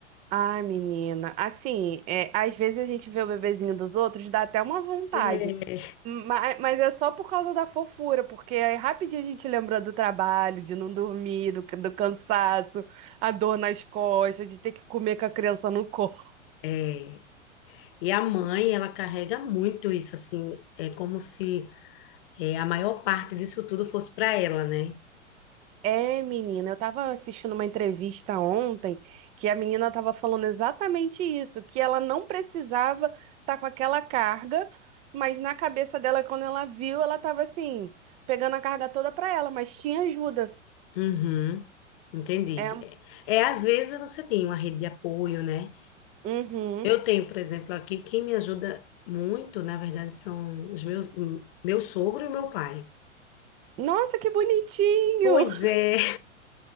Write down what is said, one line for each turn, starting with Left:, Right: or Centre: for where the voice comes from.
Right: Ai, menina. Assim, é, às vezes a gente vê o bebezinho dos outros, dá até uma vontade.
Left: É,
Right: Mas, mas é só por causa da fofura, porque aí rapidinho a gente lembra do trabalho, de não dormir, do, do cansaço, a dor nas costas, de ter que comer com a criança no <laughs> colo.
Left: É. e a mãe, ela carrega muito isso, assim, é como se é, a maior parte disso tudo fosse para ela, né?
Right: É, menina, eu tava assistindo uma entrevista ontem que a menina tava falando exatamente isso, que ela não precisava estar com aquela carga, mas na cabeça dela, quando ela viu, ela tava assim, pegando a carga toda pra ela, mas tinha ajuda.
Left: Uhum, entendi.
Right: É.
Left: É, é, às vezes você tem uma rede de apoio, né?
Right: Uhum.
Left: Eu tenho, por exemplo, aqui, quem me ajuda muito, na verdade, são os meus, meu sogro e meu pai.
Right: Nossa, que bonitinho!
Left: Pois
Right: <laughs>
Left: é,